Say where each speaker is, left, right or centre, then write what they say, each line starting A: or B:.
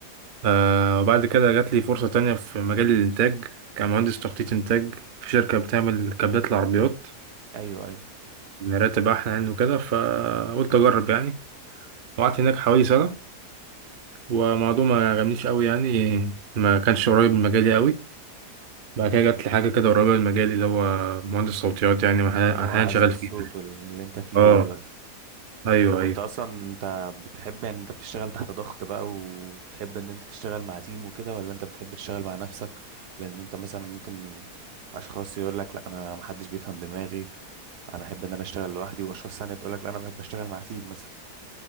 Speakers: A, on the right; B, on the right.
A: آه، وبعد كده جات لي فرصة تانية في مجال الإنتاج كمهندس تخطيط إنتاج في شركة بتعمل كابلات العربيات
B: ايوه ايوه
A: الراتب أحلى يعني وكده فقلت أجرب يعني وقعدت هناك حوالي سنة هو موضوع ما عجبنيش قوي يعني ما كانش قريب من مجالي قوي بعد كده جات لي حاجه كده قريبه من مجالي اللي هو مهندس صوتيات يعني احيانا
B: اللي هو عزل
A: شغال
B: الصوت
A: فيه
B: واللي انت فيه
A: اه
B: ده دلوقتي
A: ايوه
B: طب وانت
A: ايوه
B: اصلا انت بتحب يعني انت بتشتغل تحت ضغط بقى وتحب ان انت تشتغل مع تيم وكده ولا انت بتحب تشتغل مع نفسك لان انت مثلا ممكن اشخاص يقول لك لا انا محدش بيفهم دماغي انا احب ان انا اشتغل لوحدي واشخاص ثانيه تقول لك لا انا بحب اشتغل مع تيم مثلا